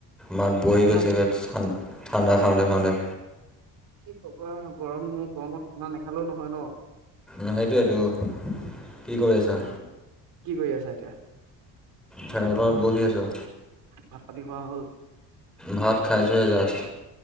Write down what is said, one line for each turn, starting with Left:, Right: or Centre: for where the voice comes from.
Centre: মাত বহি গৈছে
Right: হা
Centre: গৈছে ঠাণ্ডা খাও তে খাও তে
Right: কি ক'বা গৰম গৰমত ঠাণ্ডা নাখালেও নহয় ন
Centre: উ সেইটোয়েটো কি কৰি আছা?
Right: উম কি কৰি আছা এতিয়া
Centre: ফেৰত তলত বহি আছো
Right: ভাত পাতি খোৱা হ'ল
Centre: ভাত খাইছোঁহে জাষ্ট